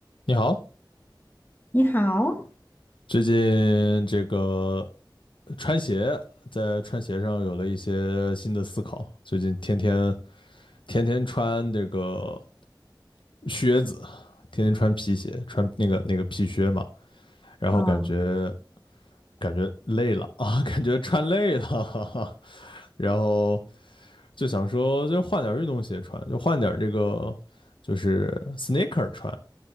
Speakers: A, on the left (about 90°); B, on the left (about 25°).
A: 你好，
B: 你好，
A: 最近这个穿鞋，在穿鞋上有了一些新的思考。最近天天天天穿这个靴子，天天穿皮鞋，穿那个那个皮靴嘛，然后感觉
B: 嗯
A: 感觉累了啊，<laughs> 感觉穿累了，哈哈，然后就想说，就换点儿运动鞋穿，就换点儿这个就是 sneaker 穿。